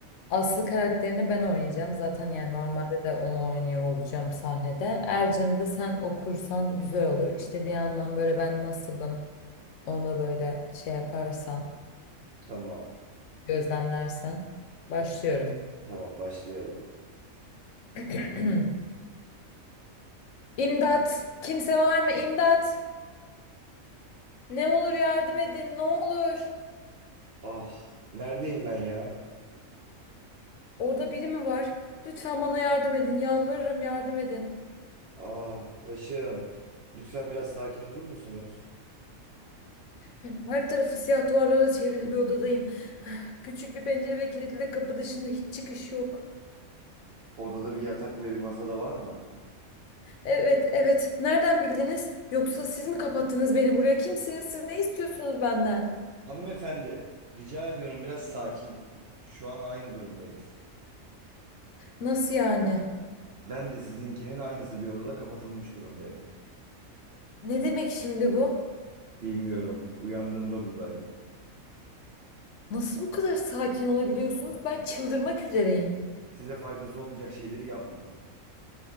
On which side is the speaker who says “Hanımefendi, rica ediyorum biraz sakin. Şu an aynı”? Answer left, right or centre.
Right